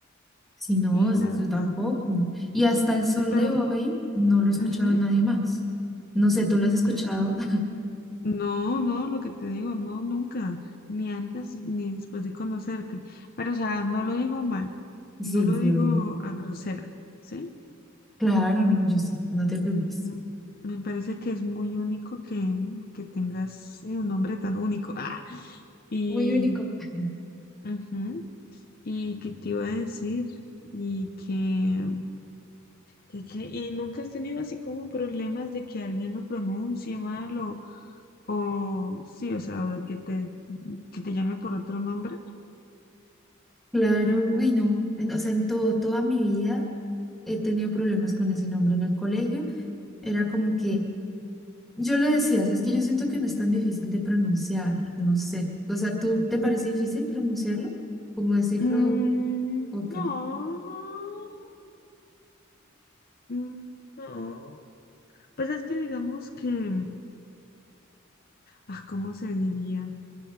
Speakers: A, in the centre; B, on the left (about 45°).
A: Si no,
B: la
A: o sea, yo
B: verdad.
A: tampoco. Y hasta el sol
B: Pero,
A: de hoy no lo he escuchado
B: ujú,
A: de nadie más. No sé, ¿tú lo has escuchado?
B: y
A: <laughs>
B: no, no, lo que te digo, no, nunca, ni antes ni después de conocerte. Pero, o sea, no lo digo a mal,
A: Sí,
B: no lo
A: sí,
B: digo
A: obvio.
B: a grosera, ¿sí?
A: Claro, no, yo sé, no te preocupes.
B: Mm, Me parece que es muy único que, que tengas sí, un nombre tan único. Ah, y.
A: Muy único. <laughs>
B: ujú. Y que te iba a decir, y que, que- que- y nunca has tenido así como problemas de que alguien lo pronuncie mal o, o sí, o sea, o que te, que te llame por otro nombre.
A: Claro, uy, no. en- O sea, en todo, toda mi vida he tenido problemas con ese nombre en el colegio. Era como que Yo lo decía, o sea, es que yo siento que no es tan difícil de pronunciar, no sé. O sea, ¿tú te parece difícil pronunciarlo? ¿Cómo decirlo?
B: Mm,
A: ¿O qué?
B: no, Mm, no. Pues es que digamos que, ah, ¿cómo se diría?